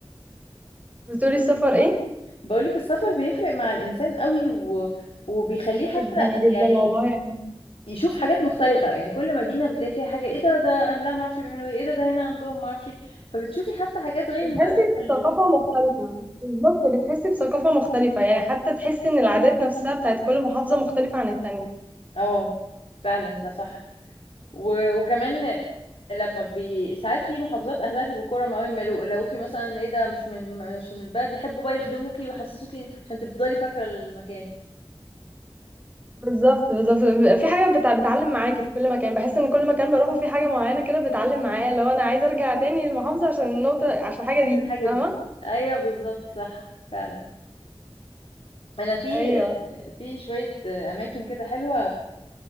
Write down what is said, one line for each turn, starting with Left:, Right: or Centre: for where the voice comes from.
Right: بتقولي السفر إيه؟
Left: بقولك السفر بيفرق مع الانسان قوي و... وبيخليه حتى
Right: جدا جدا
Left: يعني
Right: والله يعني
Left: يشوف حاجات مختلفة يعني كل مدينة بتلاقي فيها حاجة ايه ده ده اهلها معرفش بيعملوا ايه ايه ده ده هنا عندهم معرفش إيه. فبتشوفي حتى حاجات غير
Right: بتحسي
Left: المألوفة ال-
Right: بثقافة مختلفة بالظبط بتحسي بثقافة مختلفة يعني حتى تحسي ان العادات نفسها بتاعت كل محافظة مختلفة عن التانية
Left: اه فعلا ده صح و... وكمان لما بي... ساعات في محافظات اهلها بيبقوا كرم قوي ما لو- لقوكي مثلا ايه ده مش من مش من البلد يحبوا بقى يخدموكي ويحسسوكي عشان تفضلي فاكرة المكان
Right: بالظبط بالظبط بيبقى في حاجة بتع... بتعلم معاكي في كل مكان بحس ان كل مكان بروحه في حاجة معينة كده بتعلم معايا لو انا عايزة ارجع تاني للمحافظة عشان النقطة عشان الحاجة
Left: عشان
Right: دي
Left: الحاجة
Right: فاهمة
Left: دي ايوه بالظبط صح فعلا انا في
Right: ايوه
Left: في شوية اماكن كده حلوة